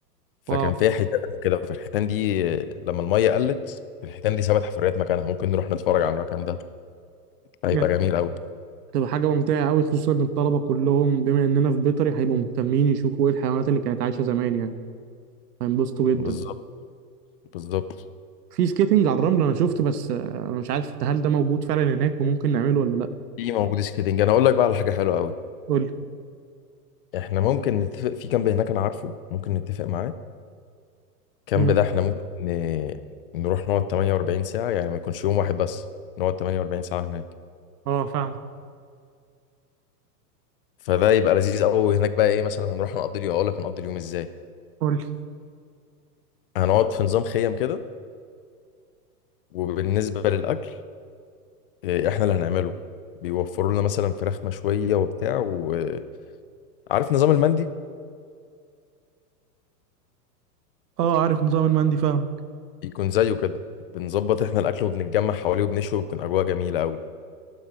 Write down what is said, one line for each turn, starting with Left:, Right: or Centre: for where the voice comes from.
Left: فكان
Right: واو
Left: فيها حيتان كده فالحيتان دي لما المية قلت الحيتان دي سابت حفريات مكانها ممكن نروح نتفرج على المكان ده هيبقى
Right: بجد
Left: جميل قوي
Right: هتبقى حاجة ممتعة قوي خصوصا ان الطلبة كلهم بما اننا في بيطري هيبقوا مهتمين يشوفوا ايه الحيوانات اللي كانت عايشة زمان يعني هينبسطوا جدا
Left: بالظبط بالظبط
Right: في سكيتنج على الرمل انا شفت بس آه، انا مش عارف هل ده موجود فعلا هناك وممكن نعمله ولا لا
Left: في موجود سكيلينج انا اقول لك بقى على حاجه حلوه قوي
Right: قول لي
Left: احنا ممكن نتفق في كامب هناك انا عارفه ممكن نتفق معاه الكامب
Right: مم.
Left: ده احنا ممكن ن- نروح نقعد 48 ساعه يعني ما يكونش يوم واحد بس نقعد 48 ساعه هناك
Right: اه فاهم
Left: فده يبقى لذيذ قوي هناك بقى ايه مثلا هنروح نقضي اليوم اقول لك هنقضي اليوم ازاي
Right: قول لي
Left: هنقعد في نظام خيم كده وبالنسبه للاكل إيه، احنا اللي هنعمله بيوفروا لنا مثلا فراخ مشويه وبتاع وعارف نظام المندي
Right: اه عارف نظام المندي فاهمك
Left: يكون زيه كده بنظبط احنا الاكل وبنتجمع حواليه وبنشوي وبتكون اجواء جميله قوي